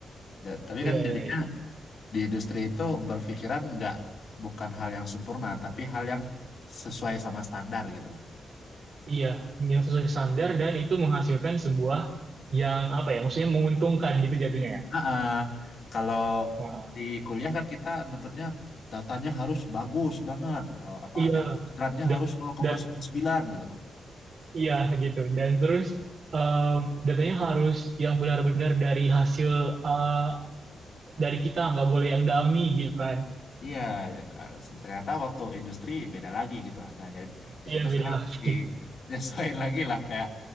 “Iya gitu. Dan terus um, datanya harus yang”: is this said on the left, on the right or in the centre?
Right